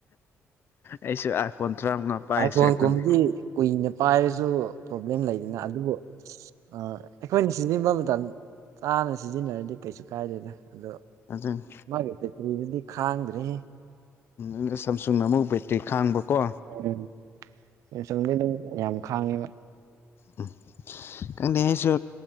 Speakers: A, on the left; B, on the right.
A: ꯑꯩꯁꯨ ꯑꯥꯏꯐꯣꯟ ꯇꯔꯥꯃꯉꯥ ꯄꯥꯏꯁꯤꯔ
B: ꯑꯥꯏꯐꯣꯟꯒꯨꯝꯕꯗꯤ
A: ꯈꯪꯗꯦ
B: ꯀꯨꯏꯅ ꯄꯥꯏꯔꯁꯨ ꯄ꯭ꯔꯣꯕ꯭ꯂꯦꯝ ꯂꯩꯗꯅ ꯑꯗꯨꯕꯨ ꯑ ꯑꯩꯈꯣꯏꯅ ꯁꯤꯖꯤꯟꯅꯕ ꯃꯇꯝ ꯆꯥꯅ ꯁꯤꯖꯤꯟꯅꯔꯗꯤ ꯀꯩꯁꯨ ꯀꯥꯏꯗꯦꯗ ꯑꯗꯣ
A: ꯑꯗꯨꯅꯤ
B: ꯃꯥꯒꯤ ꯕꯦꯇ꯭ꯔꯤꯗꯨꯗꯤ ꯈꯥꯡꯗ꯭ꯔꯦꯍꯦ
A: ꯎꯝ ꯁꯥꯝꯁꯨꯡꯅ ꯑꯃꯨꯛ ꯕꯦꯇ꯭ꯔꯤ ꯈꯥꯡꯕꯀꯣ
B: ꯎꯝ ꯁꯥꯝꯁꯪꯗꯤ ꯑꯗꯨꯝ ꯌꯥꯝ ꯈꯥꯡꯉꯦꯕ
A: <unintelligible> ꯈꯪꯗꯦ ꯑꯩꯁꯨ